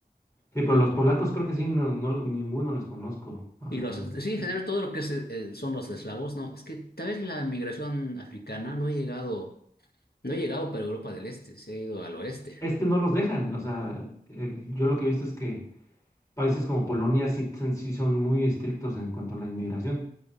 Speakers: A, on the left; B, on the left.
A: Sí,
B: Mm,
A: pero los polacos creo que sí, no, no, ninguno les conozco. Ah,
B: Y los, sí,
A: y
B: en general, todo lo que se- eh, son los eslavos, no, es que tal vez la migración africana no ha llegado, no ha llegado para Europa del Este, se ha ido al oeste.
A: es que no los dejan, o sea, el- yo lo que he visto es que Países como Polonia sí, son sí son muy estrictos en cuanto a la inmigración,